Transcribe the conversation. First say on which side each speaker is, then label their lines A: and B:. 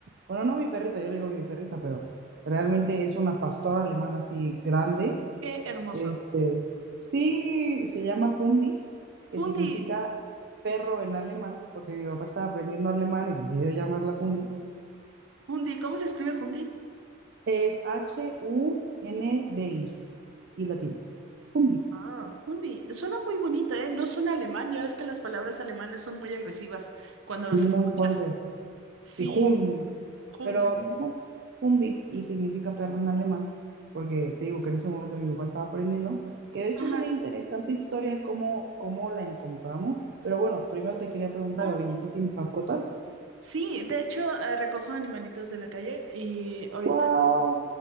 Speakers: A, on the right; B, on the right.
A: Bueno, no mi perrita, yo le digo mi perrita, pero realmente es una pastora alemana así grande
B: Qué hermoso.
A: Este, sí, se llama Hundi, que
B: Hundi,
A: significa perro en alemán, porque mi papá estaba aprendiendo alemán y decidió llamarla Hundi.
B: Hundi, ¿cómo se escribe Hundi?
A: Es H-U-N-D-I y latina. Hundi.
B: Ah, Hundi, suena muy bonito, ¿eh? No suena alemán, ya ves que las palabras alemanas son muy agresivas cuando los
A: Y
B: escuchas.
A: muy fuerte.
B: Sí,
A: Sí, Hundi.
B: Hundi.
A: Pero no, Hundi y significa perro en alemán, porque te digo que en ese momento mi papá estaba aprendiendo, que de hecho
B: Ajá.
A: es una interesante historia cómo, cómo la encontramos. Pero bueno, primero te quería preguntar,
B: Ah,
A: oye, ¿tú tienes mascotas?
B: Sí, de hecho, eh, recojo animalitos de la calle y ahorita
A: ¡Wow!